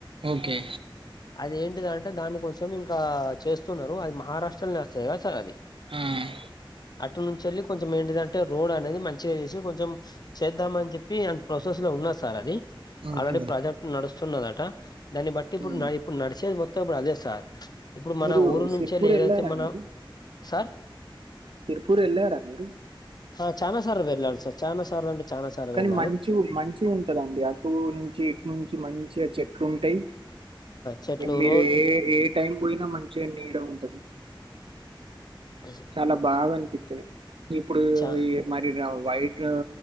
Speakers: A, on the right; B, on the left.
A: ఓకే
B: అదేటిద అంటే దాన్ని కొంచెం ఇంకా చేస్తున్నారు అది మహారాష్ట్రలోనే వస్తాయి కదా సార్ అది,
A: హ్మ్
B: అటు నుంచి వెళ్ళి కొంచెం ఏంటింటే రోడ్ అనేది మంచిగా చేసి కొంచెం. చేద్దామ అని చెప్పి అన్ ప్రొసెస్ లో ఉన్న సార్ అది,
A: ఓకే
B: ఆల్రెడీ ప్రాజెక్ట్ నడుస్తున్నదట దాన్ని బట్టి ఇప్పుడు
A: ఉమ్.
B: న, ఇప్పుడు నడిచేది మొత్తం ఇప్పుడు అదే సార్ ఇప్పుడు
A: మీరు
B: మన ఊరు నుంచేళ
A: సిర్పూర్ వెళ్ళారండి
B: ఏదైతే మన, సార్
A: సిరుపూర్ వెళ్ళారా మీరు,
B: ఆ చానా సార్ వెర్ల అ సార్ చానా సార్ అంటే, చానా సార్లు
A: కానీ
B: వెళ్ళాను
A: మంచి మంచి ఉంటదండి అటు నుంచి ఇటు నుంచి మంచిగా చెట్లు ఉంటాయి.
B: చెట్లు
A: మీరు
B: రోడ్
A: ఏ ఏ టైం పోయినా మంచిగా నీడ ఉంటది.
B: అ <inaudible>
A: చాలా బాగా అనిపిస్తుది ఇప్పుడు
B: చ
A: ఈ, మరి వైడ్